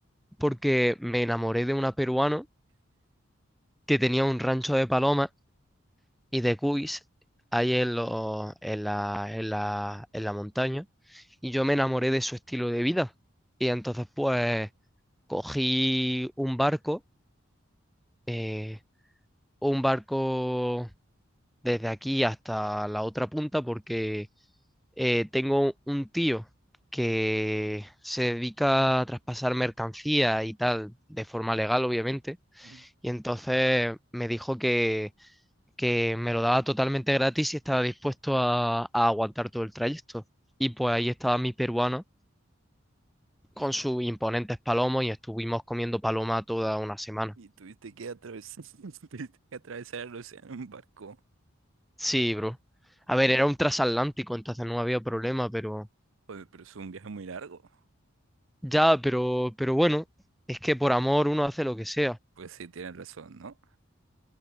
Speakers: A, in the centre; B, on the right.
A: porque me enamoré de una peruana que tenía un rancho de palomas y de cuis ahí en, lo- en la, en la, en la montaña. Y yo me enamoré de su estilo de vida. Y entonces pues cogí un barco, eh, un barco desde aquí hasta la otra punta porque eh, tengo un tío que se dedica a traspasar mercancía y tal, de forma legal, obviamente.
B: Ujú.
A: Y entonces me dijo que, que me lo daba totalmente gratis y estaba dispuesto a, a aguantar todo el trayecto. Y pues ahí estaba mi peruano con
B: Y,
A: sus imponentes palomos y estuvimos comiendo paloma toda una semana.
B: y tuviste que atravesar, <laughs> tuviste que atravesar el océano en barco.
A: Sí, bro. A ver, era un transatlántico, entonces no había problema, pero...
B: Joder, pero es un viaje muy largo.
A: Ya, pero, pero bueno, es que por amor uno hace lo que sea.
B: Pues sí, tienes razón, ¿no?